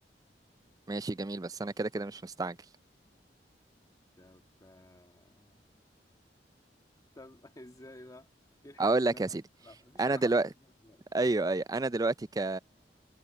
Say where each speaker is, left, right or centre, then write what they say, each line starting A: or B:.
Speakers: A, on the right (about 20°); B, on the left (about 20°).
A: ماشي جميل
B: <laughs>
A: بس انا كده كده مش مستعجل
B: طب آه، طب <laughs> ازاي بقى ايه الحاجات
A: اقول لك
B: اللي انا
A: يا سيدي
B: ممكن العبها مفيش
A: انا
B: حاجه
A: دلوقتي
B: حاضره في دماغي دلوقتي
A: ايوه ايوه انا دلوقتي ك